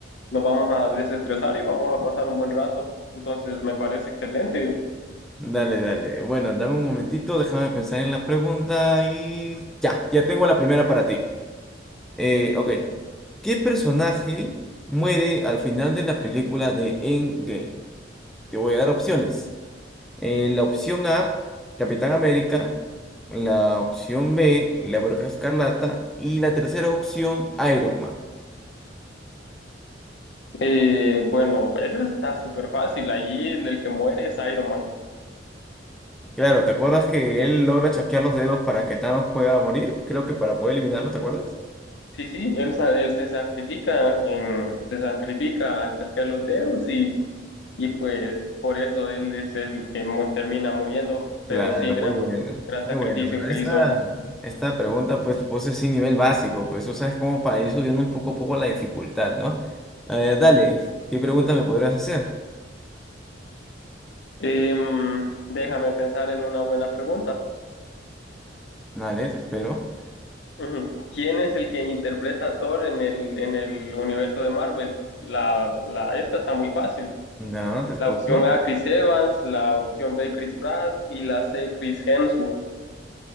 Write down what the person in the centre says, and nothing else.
Dale, dale. Bueno, dame un momentito, déjame pensar en la pregunta y ya, ya tengo la primera para ti. Eh, ok, ¿qué personaje muere al final de la película de Endgame? Te voy a dar opciones. Eh, la opción A, Capitán América. La opción B, la Bruja Escarlata. Y la tercera opción, Iron Man.
Claro, ¿te acuerdas que él logra chasquear los dedos para que Thanos pueda morir? Creo que para poder eliminarlo, ¿te acuerdas?
Claro,
muy buena,
muy
buena. Bueno,
esta,
esta pregunta pues supuse sin nivel básico, pues o sea, es como para ir subiendo un poco a poco la dificultad, ¿no? Eh, dale, ¿qué pregunta me podrías hacer?
Dale, te espero.
No, te escucho.